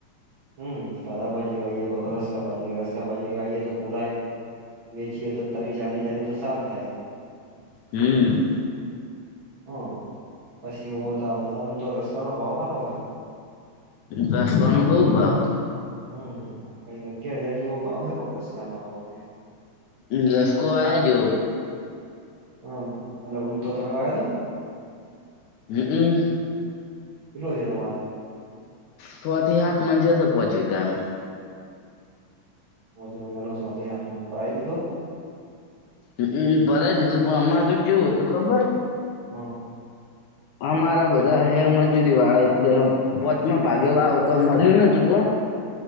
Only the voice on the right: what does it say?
હમ, કાદા, બાજરી વાઈએ કાતો રસકા બાજરી રસકા બાજરી વાહીએ, તો પૂરાઈ. વેચીએ તો, તારી ચાલીસ હજાર ની તો સાર થાય.
હમ, પછી એવું હોય, તો આમ તો રસકાનો ભાવ સારો હોય.
હમ, કઈક અગિયાર હજાર જેવો ભાવ છે, કોક રસકા નો આ વખતે.
હ, અલા ઊન તો તમે વાયો તો.
કટલો છે તમારે?
પોંચ વીઘાનો છ થી સાત પરાઈ દીધો.
હા